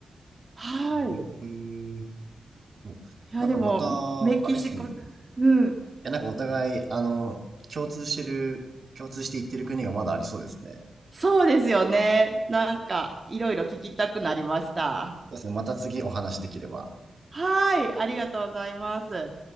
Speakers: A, on the right; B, on the right.
A: はい。
B: ええ
A: い
B: そうなんかまた、
A: や、でもメキシコ、
B: あれっすね。い
A: うん、
B: や、なんかお互い、あの、共通してる、共通して言ってる国がまだありそうですね。そ
A: そうですよね。なんかいろいろ聞きたくなりました。
B: うですね。また次お話できれば。
A: はい、ありがとうございます。